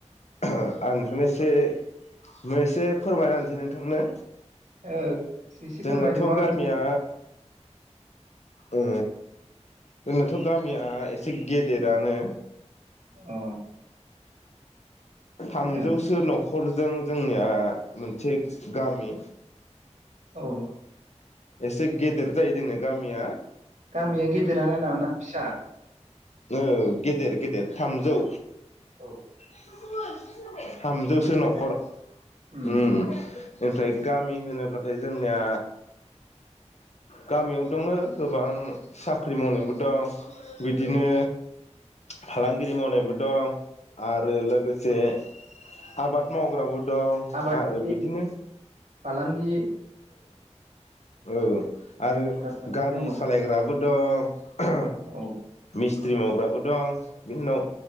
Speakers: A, on the left; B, on the right.
A: <unintelligible> आं नोंथांनो एसे नो एसे फोरमायना होनोसै नोंथांनो
B: ओ एसे
A: जोंनाथ'
B: फोरमायदो माबायदि
A: गामिया ओ जोंनाथ' गामिया एसे गेदेरानो
B: अ
A: थामजौसो
B: ए
A: न'ख न'खरजों जोंनिया मोनसे गामि
B: औ
A: एसे गेदेर जायो जोंनिया गामिया
B: गामिया गेदेरानो न ना? फिसा
A: औ गेदेर गेदेर थामजौ
B: औ
A: <unintelligible> थामजौसो
B: गेदेर
A: न'खर
B: ना उम
A: ओम <unintelligible> गामि होनोब्लाथाय जोंनिया गामियाव दङो गोबां साख्रि मावनायबो दं बिदिनो फालांगिरि मावनायबो दं आरो लोगोसे आबाद मावग्राबो दं
B: आबादारि
A: आरो बिदिनो
B: फालांगि
A: औ आरो
B: बेफार फालांगि
A: गारि
B: मावग्रा
A: सालायग्राबो दं <unintelligible>
B: औ
A: मिस्थ्रि मावग्राबो दं बिनि उनाव